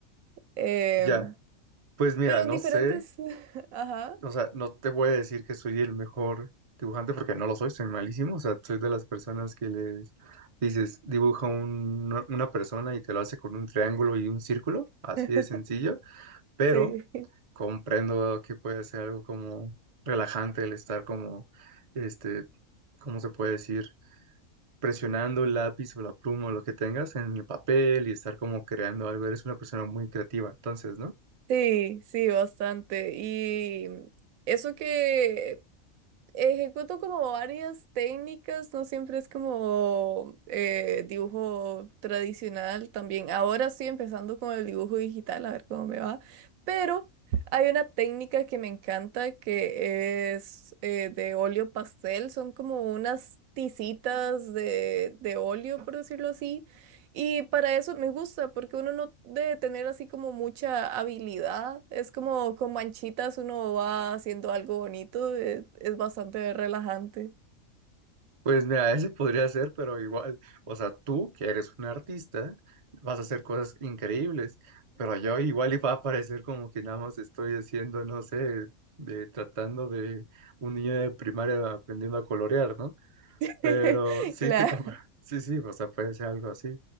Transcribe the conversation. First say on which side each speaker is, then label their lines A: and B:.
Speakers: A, on the right; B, on the right.
A: Em,
B: Ya, pues mira,
A: pero
B: no
A: en diferentes...
B: sé,
A: <laughs> Ajá.
B: o sea, no te voy a decir que soy el mejor dibujante porque no lo soy, soy malísimo, o sea, soy de las personas que les dices, dibuja un- una persona y te lo hace con un triángulo y un círculo, así
A: <laughs>
B: de sencillo pero
A: Sí,
B: comprendo que puede ser algo como relajante el estar como, este, ¿cómo se puede decir? presionando el lápiz o la pluma o lo que tengas en el papel y estar como creando algo. Eres una persona muy creativa, entonces, ¿no?
A: sí, sí, bastante. Y eso que Ejecuto como varias técnicas, no siempre es como eh, dibujo tradicional también. Ahora estoy empezando con el dibujo digital, a ver cómo me va. Pero hay una técnica que me encanta que es eh, de óleo pastel, son como unas tizitas de, de óleo, por decirlo así y para eso me gusta, porque uno no debe tener así como mucha habilidad. Es como con manchitas uno va haciendo algo bonito. Es, es bastante relajante.
B: Pues mira, <laughs> ese podría ser, pero igual, o sea, tú que eres un artista, vas a hacer cosas increíbles, pero yo igual y va a parecer como que nada más estoy haciendo, no sé, de tratando de un niño de primaria aprendiendo a colorear, ¿no?
A: <laughs>
B: Pero sí
A: Claro,
B: te compra. <laughs> Sí, sí, o sea, puede ser algo así.